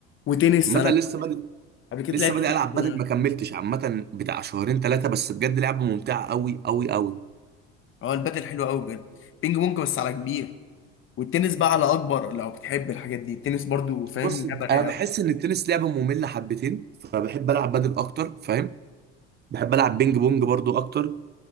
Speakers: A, on the left; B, on the right.
A: وتنس
B: عامة
A: أنا
B: لسه بادئ
A: قبل كده
B: لسه
A: لعبت
B: بادئ
A: تنس
B: ألعب بدل
A: أنا
B: ما كملتش عامة بتاع شهرين ثلاثة بس بجد لعبة ممتعة أوي أوي أوي
A: أه البادل حلو قوي بجد بينج بونج بس على كبير والتنس بقى على اكبر لو بتحب الحاجات دي التنس برضو فاهم
B: بص
A: لعبه رايقه
B: انا بحس
A: أوي.
B: ان التنس لعبه ممله حبتين فبحب العب بدل اكتر فاهم بحب العب بينج بونج برضو اكتر